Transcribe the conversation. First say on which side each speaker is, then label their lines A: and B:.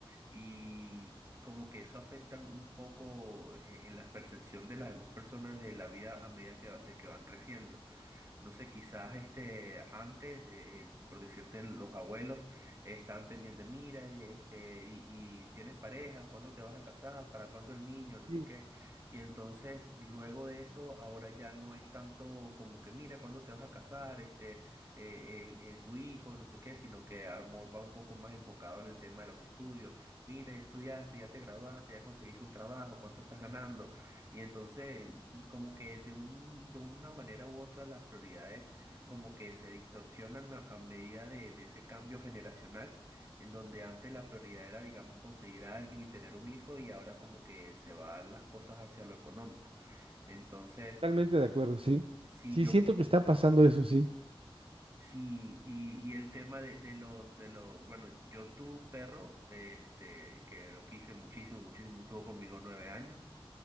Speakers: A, on the right; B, on the right.
A: y como que eso afecta un poco en, en la percepción de las demás personas de la vida a medida que, va- de que van creciendo. No sé, quizás este, antes, eh, eh, por decirte, los abuelos estaban pendientes, mira, eh, este, y, y tienes pareja, ¿cuándo te vas a casar? ¿Para cuándo el niño? No
B: Sí,
A: sé qué. Y entonces, luego de eso, ahora ya no es tanto como que, mira, ¿cuándo te vas a casar? Este, eh, el- eh, tu hijo, no sé qué, sino que amor va un poco más enfocado en el tema de los estudios. Mira, ya estudiaste, ya te graduaste, ya conseguiste un trabajo, ¿cuánto estás ganando? Y entonces como que de un, de una manera u otra las prioridades como que se distorsionan a, a medida de, de ese cambio generacional, en donde antes la prioridad era, digamos, conseguir a alguien y tener un hijo y ahora como que se van las cosas hacia lo económico. Entonces,
B: totalmente de acuerdo, sí.
A: si
B: Sí,
A: yo,
B: siento que está pasando eso, sí.
A: sí, y, y el tema de, de los, de los, bueno, yo tuve un perro, este, que lo quise muchísimo, muchísimo, estuvo conmigo nueve años.